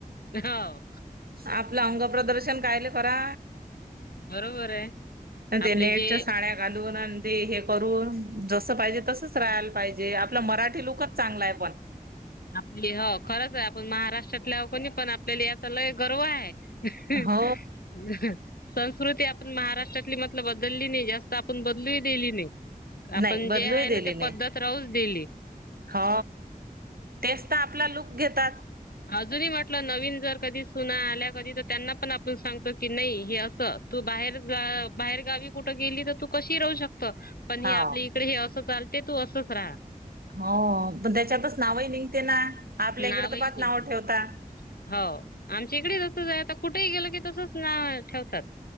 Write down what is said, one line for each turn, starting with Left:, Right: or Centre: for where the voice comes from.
Left: ते हौ
Right: आपलं अंग प्रदर्शन काहीले करा?
Left: बरोबर आहे
Right: ते
Left: आपले
Right: नेटच्या
Left: जे
Right: साड्या घालून आण ते हे करून, जसं पाहिजे तसच राहायला पाहिजे, आपला मराठी लुकच चांगला आहे पण
Left: आपली हो, खरंच आहे, आपण महाराष्ट्रातल्या, कोणी पण, आपल्याला याचा लय गर्व आहे
Right: हो
Left: <inaudible> संस्कृती आपण महाराष्ट्रातली, म्हटलं बदलली नाही जास्त, आपण बदलु ही दिली नाही आपण
Right: नाही बदलूही
Left: जे आहे ना,
Right: दिली
Left: ते
Right: नाही
Left: पद्धत राहूच दिली
Right: हो, तेच तर आपला लुक घेतात
Left: अजूनही म्हटलं, नवीन जर कधी सुना आल्या कधी, तर त्यांना पण आपण सांगतो की नाही हे असं तू बाहेर ग बाहेर गावी कुठं गेली तर, तू कशीही राहू शकतं पण हे
Right: हा
Left: आपली इकडे हे असं चालते, तू असंच राहा
Right: हो, पण त्याच्यातच नावही निघते ना, आपल्या इकडे
Left: नावही
Right: तर पाक
Left: निघते.
Right: ना ठेवतात.
Left: हो, आमच्या इकडे जस आता की तसंच ना ठेवतात